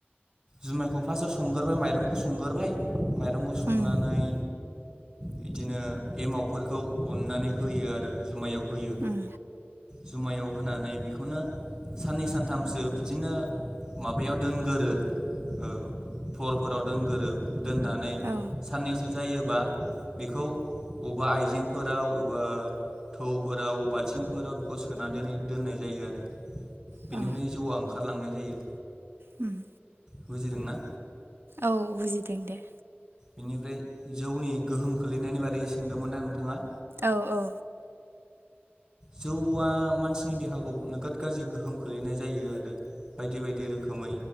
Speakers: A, on the right (about 30°); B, on the right (about 70°).
A: जुमायखौ फासाव संगोरबाय माइरंखौ संगोरबाय माइरंखौ संनानै
B: उम
A: बिदिनो एमावफोरखौ उननानै होयो आरो जुमायाव। होयो।
B: उम
A: जुमायाव होनानै बेखौनो साननै सानथामसो बिदिनो माबायाव दोनगोरो ओ फरफोराव दोनगोरो। दोननानै
B: औ
A: साननैसो जायो। बा बेखौ बबेबा आइजेंफोराव एबा थौफोराव बाल्थिंफोराव बेखौ सोनानै दोन दोननाय जायो आरो। बेनिफ्रायनो
B: औ
A: जौआ ओंखा खार लांनाय जायो।
B: लांदां।
A: बुजिदोंना?
B: औ बुजिदों दे।
A: बिनिफ्राय जौनि गोहोम खोलैनायनि बारै सोंदोंमोन ना नोंथाङा?
B: औ औ।
A: जौआ मानसिनि देहाखौ नोगोद गाज्रि गोहोम खोलैनाय जायो आरो बायदि बायदि रोखोमै